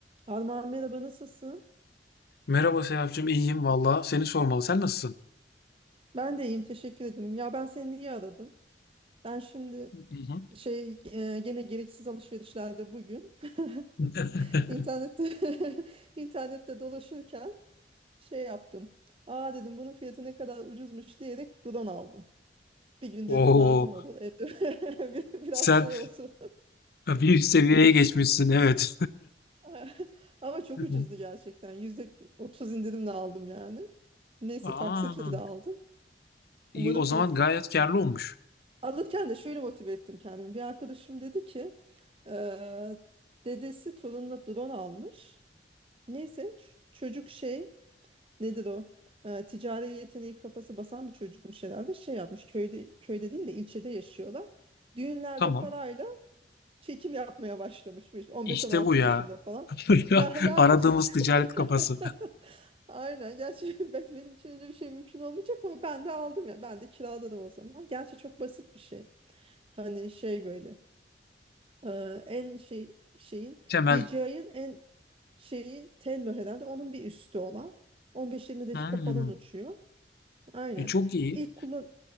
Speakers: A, on the right; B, on the left.
A: Armağan merhaba nasılsın?
B: Merhaba Serapcığım, iyiyim valla. Seni sormalı. Sen nasılsın?
A: Ben de iyiyim teşekkür ederim. Ya ben seni niye aradım? Ben şimdi
B: Hı hı.
A: şey e, gene gereksiz alışverişlerde bugün
B: <laughs>
A: <laughs> internette <laughs> internette dolaşırken şey yaptım. Aa dedim bunun fiyatı ne kadar ucuzmuş diyerek drone aldım. Bir gün
B: Oo,
A: dedim lazım olur evde <laughs> bir- biraz
B: sen
A: şey oldu.
B: bir üst seviyeye geçmişsin, evet.
A: <laughs> Ama çok
B: <laughs> Hı
A: ucuzdu gerçekten. Yüzde otuz indirimle aldım yani. Neyse
B: Aa,
A: taksitle de aldım.
B: iyi,
A: Umarım
B: o
A: fiyat
B: zaman gayet karlı olmuş.
A: Alırken de şöyle motive ettim kendimi. Bir arkadaşım dedi ki eee, dedesi torununa drone almış. Neyse ç- çocuk şey nedir o? Eee, ticari yeteneği kafası basan bir çocukmuş herhalde. Şey yapmış köyde köyde değil de ilçede yaşıyorlar. Düğünlerde
B: Tamam.
A: parayla çekim yapmaya başlamış. Böyle 15-16
B: İşte bu ya.
A: yaşında falan.
B: <laughs>
A: Ya helal
B: Aradığımız
A: olsun
B: ticaret kafası.
A: <laughs> Aynen. Gerçi <laughs> ben, benim için öyle bir şey mümkün olmayacak ama ben de aldım ya. Ben de kiraladım o zaman. Gerçi çok basit bir şey. Hani şey böyle e, en şey şeyin
B: Temel.
A: DJI'ın en şeyi Tello herhalde onun bir üstü olan on beş yirmi dakika
B: Hmm,
A: falan uçuyor. Aynen.
B: e, çok iyi.
A: İlk kullan